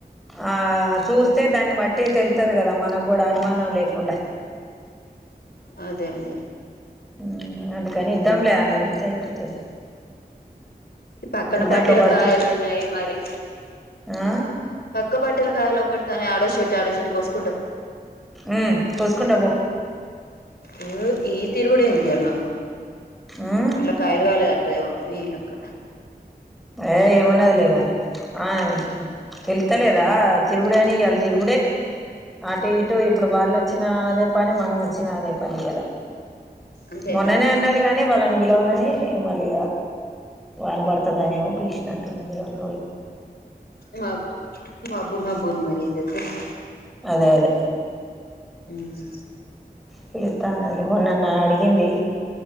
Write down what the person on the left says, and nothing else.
అదే అదే
ఉమ్.
పక్కన పట్టల
కాయలు ఉన్నాయి మరి
పక్క పట్టేల కాయలు పడుత త అడో చెట్టు ఆడో చెట్టు కోసుకొస్తే
ఇరు ఈ తీరు కూడా ఏం తీయాలి నాకు
మళ్ళీ కాయలు కాలేదంటదైవ మీయక్క
అంతేనా
మాబ్ మబ్బు మబ్బుగుంది మారేంజేదం <inaudible>
ఉమ్